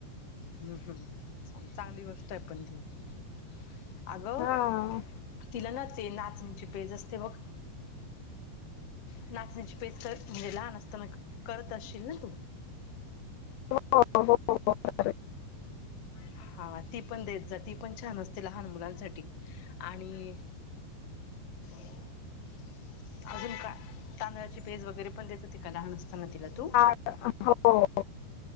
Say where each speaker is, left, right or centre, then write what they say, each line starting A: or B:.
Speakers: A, on the left; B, on the left.
A: ह ह. चांगली गोष्ट आहे पण ती. <inaudible> अगं
B: हा
A: तिला ना ते नाचणीची पेज असते बघ नाचणीची पेज कर, म्हणजे लहान असताना करत असशील ना तू?
B: हो हो हो हो हो.
A: हा. ती पण देत जा, ती पण छान असते लहान मुलांसाठी. आणि <inaudible> अजून का, तांदळाची पेज वगैरे पण देत होती का लहान अस तांना तिला तु?
B: <unintelligible> हो.